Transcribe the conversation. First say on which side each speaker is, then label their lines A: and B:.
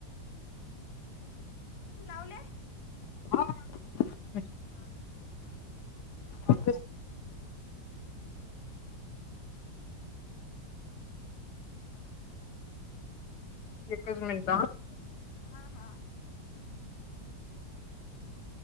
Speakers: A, on the left (about 25°); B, on the left (about 70°).
A: लावले
B: हा
A: ह का
B: ओके
A: हम्म
B: एकच मिनिट
A: हा हा